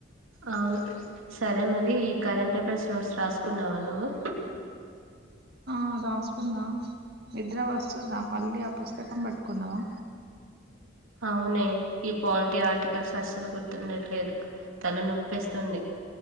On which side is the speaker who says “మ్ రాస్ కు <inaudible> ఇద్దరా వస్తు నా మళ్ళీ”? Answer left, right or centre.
Right